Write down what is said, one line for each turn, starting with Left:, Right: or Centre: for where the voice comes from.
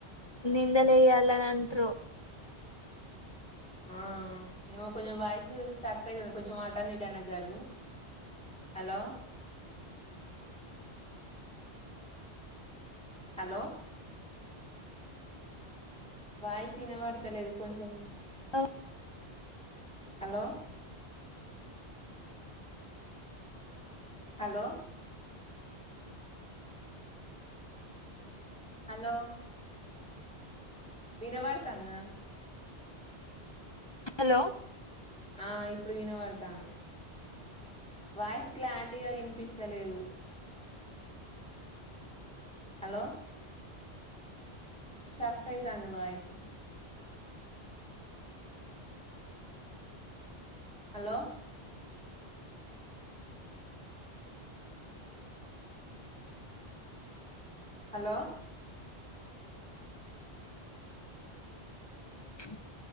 Left: నిందలేయాలని అంటారో
Centre: అ ఏమో కొంచెం వాయిస్ స్టక్ అవుతుంది కొంచెం అట్టయినా ఇట్టాయినా జరుగు హలో హలో వాయిస్ వినపడుతా లేదు కొంచెం
Left: ఆ
Centre: హలో హలో హలో విన పడుతందా
Left: హలో
Centre: ఆ ఇప్పుడు వినబడతాంది వాయిస్ క్లారిటీగా వినిపిస్తలేదు హలో స్టక్ ఐతంది వాయిస్ హలో హలో
Left: చ్చ